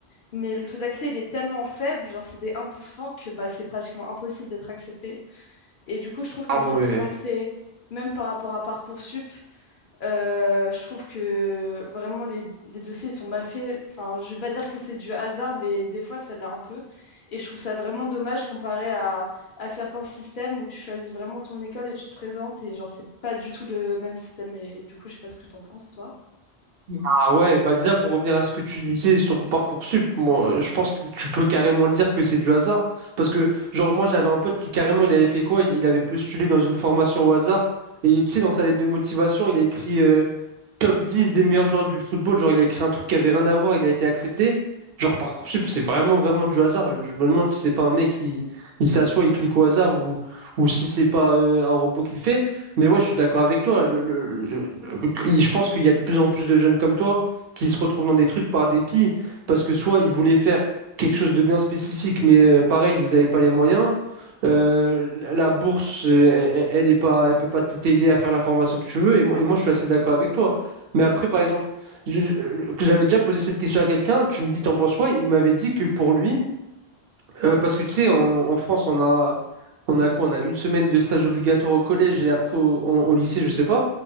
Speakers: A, on the left; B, on the right.
A: Mais le taux d'accès, il est tellement faible, genre c'est des un pour cent que bah, c'est pratiquement impossible d'être accepté. Et du coup, je trouve que
B: Ah ouais.
A: c'est très mal fait, même par rapport à Parcoursup. Euh, je trouve que vraiment les, les dossiers sont mal faits. Enfin, je vais pas dire que c'est du hasard, mais des fois ça l'est un peu. Et je trouve ça vraiment dommage comparé à, à certains systèmes où tu choisis vraiment ton école et tu te présentes et genre c'est pas du tout le même système. Et du coup, je sais pas ce que t'en penses, toi.
B: Ah ouais, bah déjà pour revenir à ce que tu disais sur Parcoursup, moi je pense que tu peux carrément dire que c'est du hasard. Parce que genre moi j'avais un pote qui carrément il avait fait quoi? Il, il avait postulé dans une formation au hasard. Et tu sais, dans sa lettre de motivation, il a écrit euh, top 10 des meilleurs joueurs du football. Genre, il a écrit un truc qui avait rien à voir, il a été accepté. Genre, Parcoursup, c'est vraiment, vraiment du hasard. Je, je me demande si c'est pas un mec qui il s'assoit, et clique au hasard ou, ou si c'est pas euh, un robot qui le fait. Mais ouais, je suis d'accord avec toi. Le- le- le- le- le- je pense qu'il y a de plus en plus de jeunes comme toi qui se retrouvent dans des trucs par dépit parce que soit ils voulaient faire quelque chose de bien spécifique, mais euh, pareil, ils n'avaient pas les moyens. Euh, la bourse, euh, elle, ne est pas, elle peut pas t'aider à faire la formation que tu veux. Et moi, et moi, je suis assez d'accord avec toi. Mais après, par exemple, je- je- euh, que j'avais déjà posé cette question à quelqu'un, tu me dis, t'en penses quoi? Il m'avait dit que pour lui, euh, parce que tu sais, en, en France, on a, on a quoi? On a une semaine de stage obligatoire au collège et après au, en- au lycée, je sais pas.